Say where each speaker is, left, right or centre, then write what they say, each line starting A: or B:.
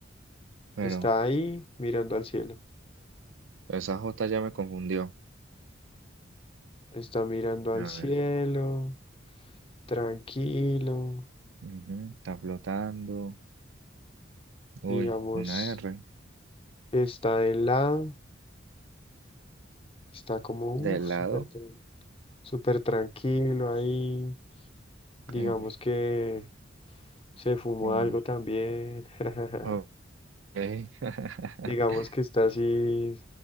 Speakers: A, on the right; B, on the left.
A: Pero
B: Está ahí mirando al cielo.
A: esa J ya me confundió.
B: Está mirando al
A: A
B: cielo,
A: ver.
B: tranquilo,
A: Ujú. Está flotando. Uy,
B: digamos,
A: una R.
B: está de lado, está como,
A: De
B: uff,
A: lado.
B: súper tran- súper tranquilo ahí. Digamos
A: Uy,
B: que se fumó
A: uy.
B: algo también. <laughs>
A: Ok. <laughs>
B: Digamos que está así,